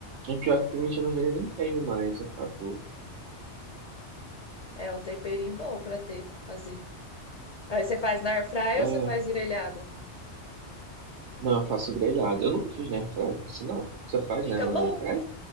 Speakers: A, on the right; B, on the left.
A: E pior que pimenta do reino eu nem tenho mais, acabou.
B: É um temperinho bom pra ter, pra fazer. Aí você faz na air fryer
A: É,
B: ou você faz grelhada?
A: não, eu faço grelhado. Eu nunca fiz na airfryer, por sinal. Você faz
B: Fica
A: nela
B: bom,
A: na airfryer?